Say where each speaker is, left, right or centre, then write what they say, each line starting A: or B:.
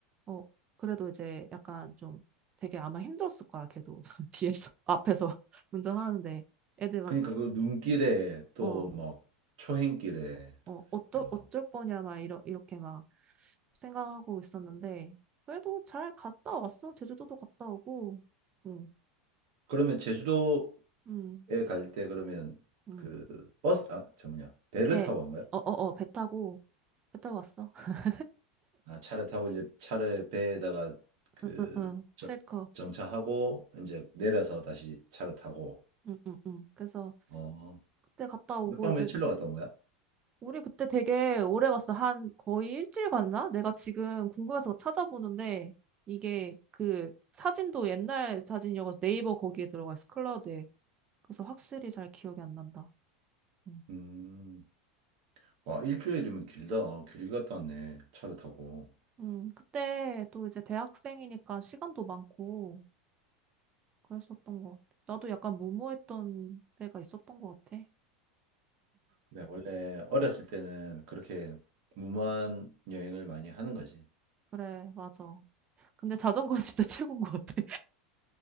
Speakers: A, on the right; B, on the right.
A: 어, 그래도 이제 약간 좀 되게 아마 힘들었을 거야. 걔도 <laughs> 뒤에서, 앞에서 <laughs> 운전하는데 애들 막
B: 그러니까 그 눈길에 또
A: 어,
B: 뭐 초행길에.
A: 어, 어떠, 어쩔
B: 어.
A: 거냐, 막, 이러, 이렇게 막 생각하고 있었는데, 그래도 잘 갔다 왔어. 제주도도 갔다 오고, 응,
B: 그러면 제주도
A: 응,
B: 갈 때 그러면
A: 응.
B: 그 버스 아 저 뭐냐 배를
A: 배,
B: 타고 간 거야?
A: 어, 어, 어, 배 타고, 배 타고 왔어. <laughs>
B: 아 차를 타고 이제 차를 배에다가 그
A: 응, 응,
B: 저-
A: 실컷.
B: 정차하고 이제 내려서 다시 차를 타고
A: 응, 응, 응. 그래서
B: 어
A: 그때 갔다 오고,
B: 몇 박
A: 이제,
B: 며칠로 갔다 온 거야?
A: 우리 그때 되게 오래 갔어. 한 거의 일주일 갔나? 내가 지금 궁금해서 막 찾아보는데, 이게 그 사진도 옛날 사진이어서 네이버 거기에 들어가 있어. 클라우드에. 그래서 확실히 잘 기억이 안 난다. 응.
B: 음, 와, 일주일이면 길다. 길게 갔다 왔네. 차를 타고.
A: 음, 그때 또 이제 대학생이니까 시간도 많고 그랬었던 것 같아. 나도 약간 무모했던 때가 있었던 것 같아.
B: 그래, 원래 어렸을 때는 그렇게 무모한 여행을 많이 하는 거지.
A: 그래, 맞아. 근데 자전거 <laughs> 진짜 최고인 것 같아.